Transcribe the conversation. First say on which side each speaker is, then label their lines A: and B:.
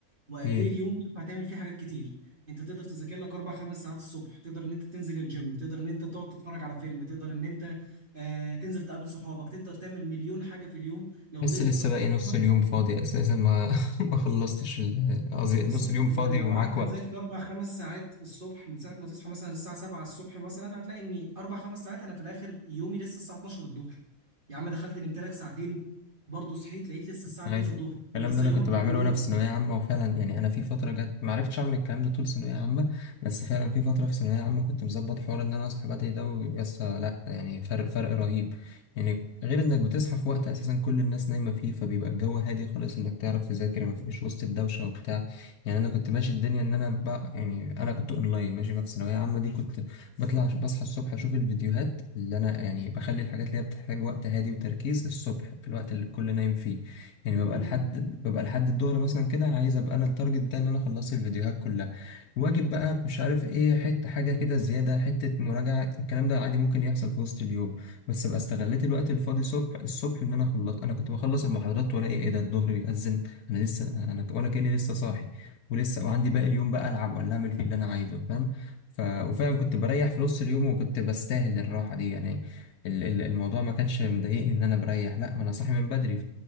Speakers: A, on the right; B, on the left.
A: وقد
B: أكيد.
A: ايه اليوم ينفع تعمل فيه حاجات كتير انت تقدر تذاكر لك اربع خمس ساعات الصبح تقدر ان انت تنزل الجيم تقدر ان انت تقعد تتفرج على فيلم تقدر ان انت آه تنزل تقابل صحابك تقدر تعمل مليون حاجه في اليوم لو
B: بس
A: قدرت
B: لسه
A: تظبط
B: باقي نص
A: يومك
B: اليوم فاضي أساسا ما <laughs> ما خلصتش ال- قصدي
A: بالظبط
B: نص اليوم
A: انت
B: فاضي
A: لو
B: ومعاك
A: قعدت
B: وقت
A: تذاكر اربع خمس ساعات الصبح من ساعه ما تصحى مثلا الساعه 7 الصبح مثلا هتلاقي ان اربع خمس ساعات انا في الاخر يومي لسه الساعه 12 الظهر يا عم دخلت نمت لك ساعتين برضه صحيت لقيت لسه الساعه
B: أي.
A: 2 الظهر يعني
B: الكلام
A: لسه
B: ده انا
A: يومك
B: كنت بعمله
A: من اوله
B: وانا
A: يعتبر
B: في ثانويه عامه وفعلا يعني انا في فتره جت ما عرفتش اعمل الكلام ده طول ثانويه عامه بس فعلا في فتره في ثانويه عامه كنت مظبط حوار ان انا اصحى بدري ده ويسا لا يعني فرق فرق رهيب يعني غير انك بتصحى في وقت اساسا كل الناس نايمه فيه فبيبقى الجو هادي خالص انك تعرف تذاكر ما فيش وسط الدوشه وبتاع يعني انا كنت ماشي الدنيا ان انا بقى يعني انا كنت اونلاين ماشي ففي ثانويه عامه دي كنت بطلع بصحى الصبح اشوف الفيديوهات اللي انا يعني بخلي الحاجات اللي هي بتحتاج وقت هادي وتركيز الصبح في الوقت اللي الكل نايم فيه يعني
A: مظبوط
B: ببقى لحد ببقى لحد الظهر مثلا كده عايز ابقى انا التارجت بتاعي ان انا خلصت الفيديوهات كلها واجب بقى مش عارف ايه حته حاجه كده زياده حته مراجعه الكلام ده عادي ممكن يحصل في وسط اليوم بس ابقى استغليت الوقت الفاضي صبح الصبح ان انا خلص انا كنت بخلص المحاضرات والاقي ايه ده الظهر بيأذن انا لسه انا ولا كاني لسه صاحي ولسه وعندي باقي اليوم بقى العب ولا اعمل فيه اللي انا عايزه فاهم ف... وفعلا كنت بريح في نص اليوم وكنت بستاهل الراحه دي يعني ال- ال- الموضوع ما كانش مضايقني ان انا بريح لا ما انا صاحي من بدري